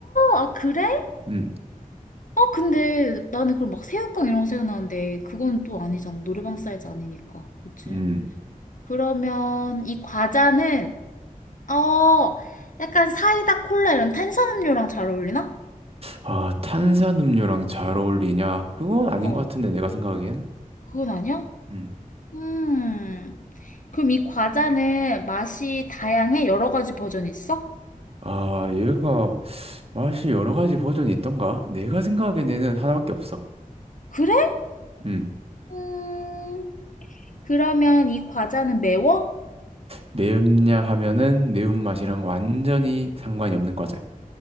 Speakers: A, on the left; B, on the right.
A: 아, 그래? 아,
B: 음.
A: 근데 나는 그럼 막 새우깡 이런 거 생각나는데 그건 또 아니잖아. 노래방 사이즈 아니니까. 그치?
B: 음.
A: 그러면 이 과자는, 어, 약간 사이다, 콜라 이런 탄산음료랑 잘 어울리나?
B: 아, 탄산음료랑 잘 어울리냐? 그건 아닌
A: 어.
B: 것 같은데, 내가 생각하기엔.
A: 그건 아니야?
B: 음.
A: 음. 그럼 이 과자는 맛이 다양해? 여러 가지 버전이 있어?
B: 아, 얘가 맛이 여러 가지 버전이 있던가? 내가 생각하기엔 얘는 하나밖에 없어.
A: 그래?
B: 음.
A: 음. 그러면 이 과자는 매워?
B: 매운냐 하면은 매운맛이랑 완전히 상관이 없는 과자야.